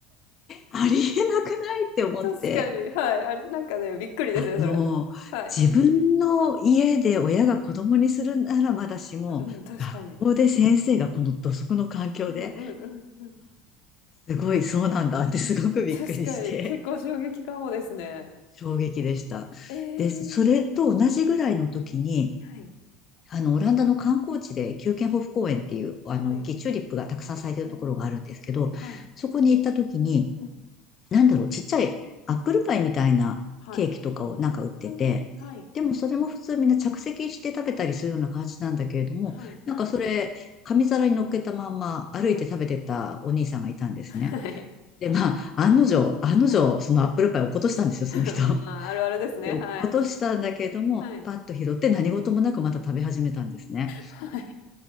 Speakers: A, on the left; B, on the left.
A: ありえなくないって思って、
B: <laughs> 確かに、はい。あれ、なんかね、びっくりですね、
A: あの、
B: それ。はい。
A: 自分の家で親が子供にするならまだしも、
B: うん、確かに。
A: 学校で先生がこの土足の環境で
B: うんうんうんうん。
A: すごい、そうなんだって <laughs> すごくびっくりして、
B: 確かに、結構衝撃かもですね。
A: 衝撃でした。
B: ええ。
A: で、それと同じぐらいの時に、
B: うんうん。はい。
A: あの、オランダの観光地で、キューケンホフ公園っていう、あの、
B: はい。
A: 大きいチューリップがたくさん咲いてるところがあるんですけど、
B: おあ、はい。
A: そこに行った時に、
B: うん。
A: なんだろう、ちっちゃいアップルパイみたいなケーキとかをなんか売ってて、
B: はい。うーん、はい。
A: でもそれも普通みんな着席して食べたりするような感じなんだけれども、
B: はい。
A: なんかそれ、紙皿に乗っけたまんま歩いて食べてたお兄さんがいたんですね。
B: はい。はい。
A: で、まあ、案の定、案の定、
B: はい。
A: そのアップルパイ落っことしたんですよ、
B: はい。<laughs>
A: その人。<laughs>
B: まあ、あるあるですね。
A: で、落っことしたんだけども、
B: はい。はい。
A: パッと拾って何事もなくまた食べ始めたんですね。
B: はい。